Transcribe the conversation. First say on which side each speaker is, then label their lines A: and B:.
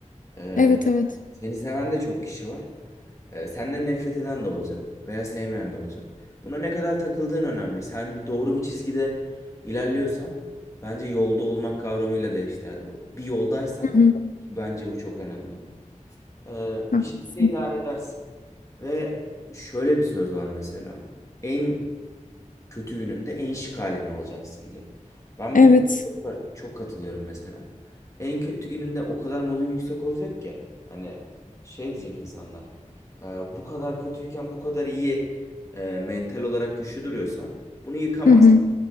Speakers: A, on the left (about 25°); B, on the left (about 85°).
A: Ee,
B: Evet evet.
A: seni seven de çok kişi var. Ee, senden nefret eden de olacak veya sevmeyen de olacak. Buna ne kadar takıldığın önemli. Sen bir- doğru bir çizgide ilerliyorsan bence yolda olmak kavramıyla da eşdeğer bu. Bir yoldaysan
B: Hı hı.
A: ki bence bu çok önemli. Ee,
B: Haklısın.
A: bir şekilde idare edersin. Ve şöyle bir söz var mesela. En kötü gününde en şık halinde olacaksın diye. Ben
B: Evet.
A: bu konuda çok, çok katılıyorum mesela. En kötü gününde o kadar modun yüksek olacak ki hani şey diyecek insanlar "E, bu kadar kötüyken bu kadar iyi e, mental olarak güçlü duruyorsa bunu yıkamaz
B: Hı hı.